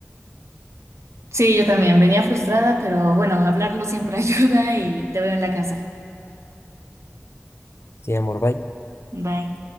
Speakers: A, on the right; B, on the left.
A: Sí, yo también venía frustrada, pero bueno, hablarlo siempre <laughs> ayuda y te veo en la casa.
B: Sí, amor, bye.
A: Bye.